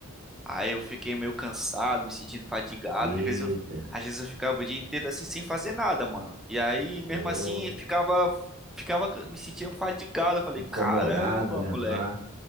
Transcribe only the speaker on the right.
Eita,
pô,
incomodado,
né,
pá?